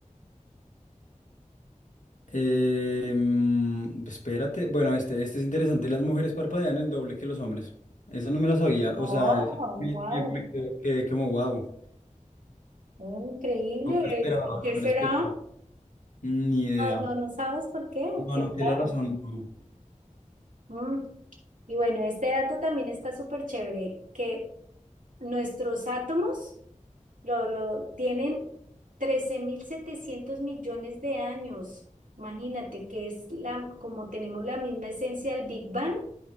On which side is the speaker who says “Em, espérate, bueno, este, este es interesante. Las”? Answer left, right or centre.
Left